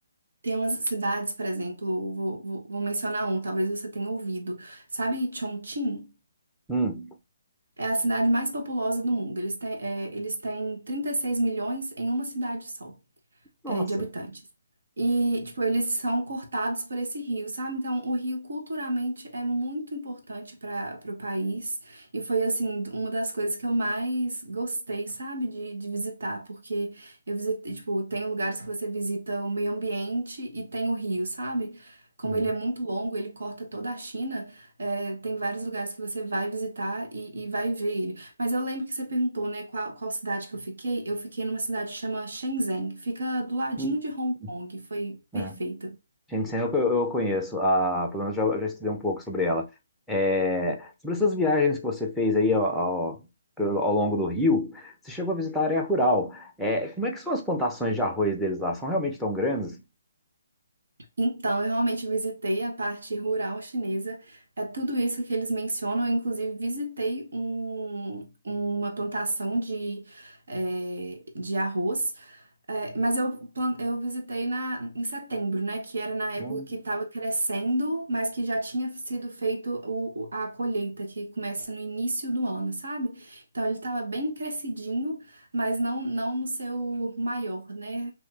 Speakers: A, on the right (about 70°); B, in the centre.
A: tem umas cidades, por exemplo, vou, vou vou mencionar um, talvez você tenha ouvido, sabe Chongqing?
B: Hum.
A: É a cidade mais populosa do mundo. Eles têm, é, eles têm 36 milhões em uma cidade só,
B: Nossa.
A: é, de habitantes. E, tipo, eles são cortados por esse rio, sabe? Então, o rio culturalmente é muito importante para o país. E foi, assim, uma das coisas que eu mais gostei, sabe? De, de visitar, porque eu visitei, tipo, tem lugares que você visita o meio ambiente e tem o rio, sabe? Como
B: Hum.
A: ele é muito longo, ele corta toda a China. É, tem vários lugares que você vai visitar e, e vai ver. ele. Mas eu lembro que você perguntou, né, qual, qual cidade que eu fiquei. Eu fiquei numa cidade que chama Shenzhen. Fica do ladinho
B: Hum.
A: de Hong
B: Hum.
A: Kong. Foi perfeito.
B: É. Gente, eu, eu conheço, a, pelo menos já, já estudei um pouco sobre ela. É, sobre essas viagens que você fez aí ao, ao, pelo- ao longo do Rio, você chegou a visitar a área rural. É, como é que são as plantações de arroz deles lá? São realmente tão grandes?
A: Então, eu realmente visitei a parte rural chinesa. É tudo isso que eles mencionam. Eu, inclusive, visitei um- uma plantação de, eh, de arroz. É, mas eu, plan- eu visitei na, em setembro, né? Que era na época
B: Hum,
A: que estava crescendo, mas que já tinha sido feito o, o- a colheita, que começa no início do ano, sabe? Então ele estava bem crescidinho, mas não, não no seu maior, né?